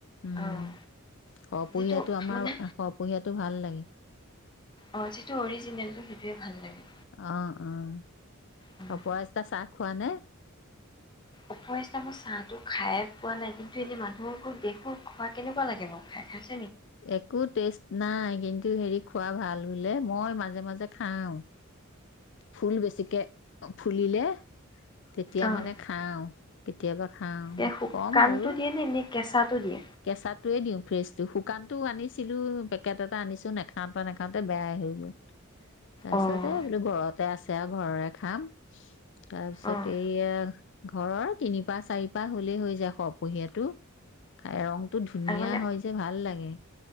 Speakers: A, on the left; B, on the left.
A: উম।
B: অঁ
A: শ পুহিয়াতো
B: যিটো
A: আমাৰ
B: মানে
A: শপুহীয়াতো ভাল লাগে- <unintelligible>
B: অঁ যিটো অৰিজিনেলটো সেইটোৱে ভাল লাগে
A: অ' অ'
B: উম।
A: অপৰাজিতা চাহ খোৱা নে?
B: অপৰাজিতা মই চাহ টো খাইয়ে পোৱা নাই। কিন্তু মানুহ বোৰক দেখো খোৱা। কেনেকুৱা লাগে বাৰু খাই খাই?
A: একো টেষ্ট নাই। কিন্তু হেৰি, খোৱা ভাল বোলে। মই মাজে, মাজে খাওঁ। ফুল বেছিকে, অ, ফুলিলে! তেতিয়া
B: অঁ
A: মানে খাওঁ। কেতিয়াবা খাওঁ,
B: এই শুকানটো
A: কম আৰু।
B: দিয়ে নে এনেই কেঁচাটো দিয়ে?
A: কেঁচাটোৱে দিওঁ ফ্ৰেছটো। শুকানটোও আনিছিলোঁ, পেকেট এটা আনিছোঁ, নাখাওঁতে, নাখাওঁতে বেয়াই হৈ গ'ল। তাৰপিছতে
B: অঁ
A: বোলো ঘৰতে আছে আৰু ঘৰৰে খাম। তাৰপিছত
B: অঁ
A: এইয়া ঘৰৰ তিনিপাহ, চাৰিপাহ হ'লেই হৈ যায়! সৰহপহীয়াটো। খাই ৰং টো ধুনীয়া
B: আৰু মানে
A: হয় যে, ভাল লাগে।